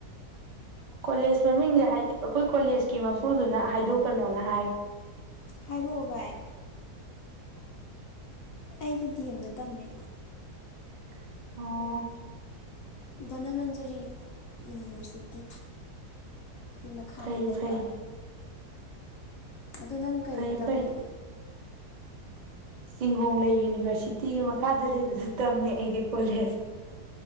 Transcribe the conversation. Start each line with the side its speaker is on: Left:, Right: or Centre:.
Right: ꯀꯣꯂꯦꯖ ꯃꯃꯤꯡꯁꯦ ꯑꯩꯈꯣꯏ ꯀꯣꯂꯦꯖꯀꯤ ꯃꯄꯨꯗꯨꯅ ꯍꯥꯏꯗꯣꯛꯀꯅꯣꯅ ꯍꯥꯏ
Left: ꯍꯥꯏꯔꯛ ꯑꯣ ꯕꯥꯏ
Right: ꯇꯣ
Left: ꯑꯩꯗꯤ ꯗꯤ ꯑꯦꯝꯗ ꯇꯝꯃꯦ
Right: ꯑꯣ
Left: ꯙꯅꯃꯟꯖꯨꯔꯤ ꯌꯨꯅꯤꯚꯔꯁꯤꯇꯤ ꯒꯤ ꯃꯈꯥꯗ
Right: ꯐꯩ ꯐꯩ
Left: ꯂꯩꯕ ꯑꯗꯨ ꯅꯪ ꯀꯩꯗ
Right: ꯐꯩ
Left: ꯇꯝꯒꯦ
Right: ꯐꯩ ꯆꯤꯡꯒꯣꯡꯂꯩ ꯌꯨꯅꯤꯚꯔꯁꯤꯇꯤꯒꯤ ꯃꯈꯥꯗ ꯂꯩꯕꯗꯨ ꯇꯝꯃꯦ ꯑꯩꯗꯤ ꯀꯣꯂꯦꯖ